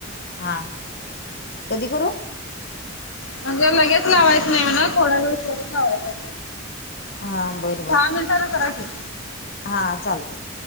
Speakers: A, on the left; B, on the left.
A: हा कधी करू.
B: म्हणजे लगेच लावायच नाही म्हणा थोड्या वेळ सोडून लावायचा.
A: हा बर
B: एक
A: बर
B: दहा मिनटने करा की.
A: हा चालतय.